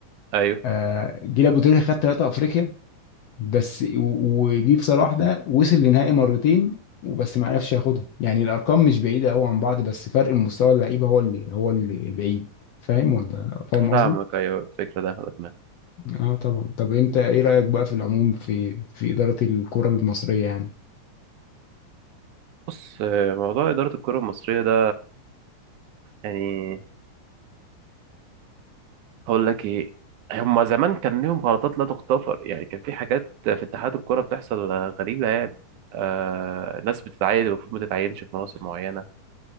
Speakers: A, on the right; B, on the left.
A: ايوه
B: آه جيل ابو تريكه خد ثلاثه افريقيا بس و- وجيل صلاح ده وصل لنهائي مرتين وبس ما عرفش ياخدها يعني الارقام مش بعيده قوي عن بعض بس فرق المستوى اللعيبه هو اللي هو اللي بعيد فاهم ولا فاهم قصدي
A: فاهمك ايوه الفكره ده خدت بالي
B: اه طبعا طب انت ايه رأيك بقى في العموم في في إدارة الكرة المصرية يعني
A: بص آه، موضوع اداره الكره المصريه ده يعني هقول لك ايه هما زمان كان ليهم غلطات لا تغتفر يعني كان في حاجات في اتحاد الكرة بتحصل آه، غريبة يعني آه ناس بتتعين المفروض ما تتعينش في مناصب معينة